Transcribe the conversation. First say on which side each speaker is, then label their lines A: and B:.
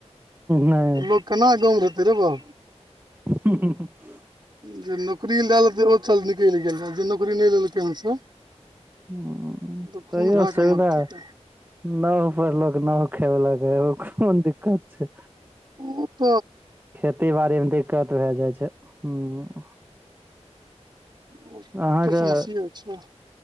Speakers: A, on the right (about 15°); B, on the right (about 40°).
A: नहि
B: लोक केना गाँवमे रहतै रे बाउ।
A: ह। <unintelligible>
B: जे नौकरी लए लतै ओ चल निकलि गेल जे नौकरी नै लेलकै हन से।
A: हँ
B: तऽ खून
A: तहियो
B: भए
A: सुविधा।
B: कऽ मरतै तऽ
A: नाव पर लक नाव खेए बला एगो खोन दिक्कत छै।
B: उ त।
A: खेती बाड़ीमे दिक्कत भए जाइ छै हूँ।
B: ओ
A: अहाँके
B: तऽ समस्ये छै